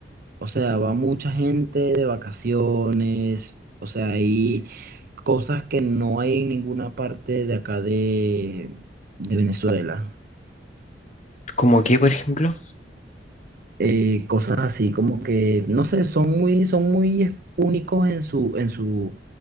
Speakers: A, on the right; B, on the left.
A: O sea, va mucha gente de vacaciones, o sea, hay cosas que no hay en ninguna parte de acá de, de Venezuela.
B: ¿Como qué, por ejemplo?
A: Eh, cosas así como que, no sé, son muy, son muy es- únicos en su, en su,